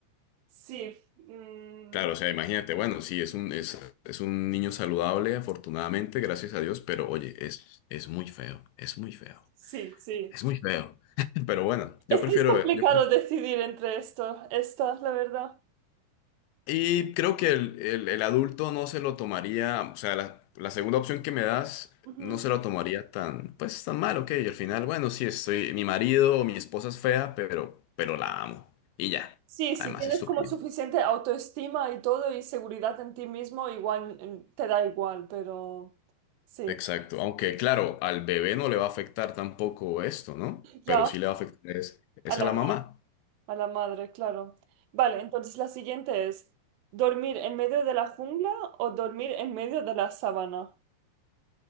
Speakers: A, on the right; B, on the left.
A: Sí. mm,
B: claro, o sea, imagínate, bueno, sí, es un, es, es un niño saludable, afortunadamente, gracias a Dios, pero oye, es, es muy feo, es muy feo.
A: sí, sí.
B: Es muy feo. <laughs> Pero bueno,
A: Es
B: yo prefiero,
A: que es complicado
B: yo pref-
A: decidir entre esto, esta, la verdad.
B: Y creo que el, el- el adulto no se lo tomaría, o sea, la, la segunda opción que me das
A: Ujú.
B: no se lo tomaría tan, pues tan mal, ok. Y al final, bueno, sí, estoy, mi marido o mi esposa es fea, pero, pero la amo. Y ya.
A: Sí, si
B: Además,
A: tienes
B: estúpido.
A: como suficiente autoestima y todo y seguridad en ti mismo, igual mm, te da igual, pero sí,
B: Exacto. Aunque, claro, al bebé no le va a afectar tampoco esto, ¿no?
A: ya
B: Pero sí le va a afectar es, es
A: a la,
B: a la
A: ma-
B: mamá.
A: a la madre, claro. Vale, entonces la siguiente es, ¿dormir en medio de la jungla o dormir en medio de la sabana?